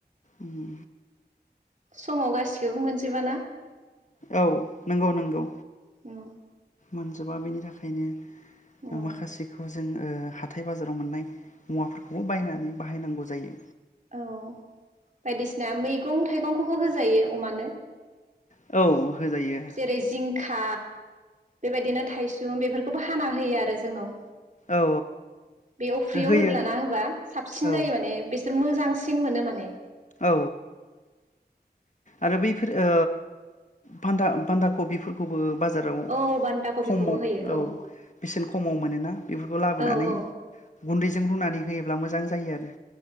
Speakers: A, on the left (about 45°); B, on the right (about 45°).
A: उम
B: समाव गासिखौबो मोनजोबा ना
A: औ नोंगौ नोंगौ
B: औ
A: मोनजोबा बेनि थाखायनो
B: औ
A: माखासेखौ जों ओ हाथाय बाजाराव मोननाय मुवाफोरखौबो बायनानै बाहायनांगौ जायो।
B: औ बायदिसिना मैगं थाइगं खौबो होजायो अमानो
A: औ होजायो
B: जेरै जिंखा बेबायदिनो थायसुम बेफोरखौबो हाना होयो आरो जोंनाव।
A: औ
B: बेयाव अफ्रियाव
A: होयो
B: होदलाना होबा साबसिन
A: औ
B: जायो माने बिसोर मोजां बांसिन मोनो माने।
A: औ आरो बैफोर ओ बान्दा बान्दा कबिफोरखौबो बाजाराव
B: औ बान्दा कबिखौबो
A: खमाव
B: होयो
A: औ बेसेन खमाव मोनोना बेफोरखौ लाबोनानै
B: औ औ
A: गुन्दैजों रुनानै होयो ब्ला मोजां जायो आरो।